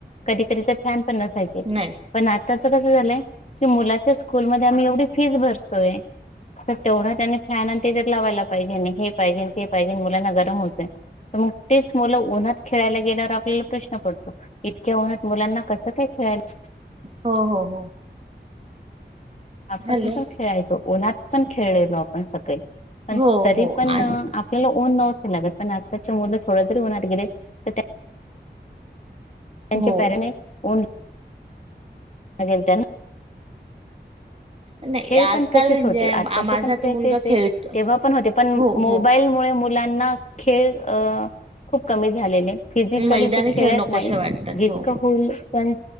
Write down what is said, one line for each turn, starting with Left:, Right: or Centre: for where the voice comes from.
Left: कधी-कधी तर फॅन पण शनसायचे
Right: नाही
Left: पण आता त्याच कस झालंय की मुलाच्या स्कूलमध्ये आम्ही एवढी फीस भरतोयतर तर तेवढा त्यांनी फॅन आणि त्या लावायला पाहिजे, हे पाहिजे ते, पाहिजे आणि मुलांना गरम होत तर मग तेच मुलं उन्हात खेळायला गेल्यावर आपल्याला प्रश्न पडतो इतक्या उन्हात मुलांना कसं काय खेळायला
Right: हो, हो, हो.
Left: आपण
Right: हॅलो
Left: पण खेळायचो, उन्हात पण खेळलेलो आपण सगळी. पण
Right: हो
Left: तरी
Right: हो
Left: पण
Right: आज
Left: आपल्याला उन्ह नव्हत लागत, पण त्याच्या मुल थोड तरी उन्हात गिले तर त्या त्यांचे
Right: हो
Left: परणेन उन्ह. लागेल त्यांना.
Right: नाही
Left: खेळ
Right: आजकाल
Left: पण तसेच
Right: म्हणजे
Left: होते, आताचे
Right: माझा
Left: पण खेळ
Right: तो मुलगा
Left: तेच आहेत,
Right: खेळतो
Left: तेव्हा पण होते, पण
Right: हो
Left: मोबाईलमुळे
Right: हो
Left: मुलांना खेळ खूप कमी झालेले, फिजिकली
Right: मैदानी
Left: ते खेळत
Right: खेळ नकोसे
Left: नाही.
Right: वाटतात
Left: जितक
Right: हो
Left: होईल पण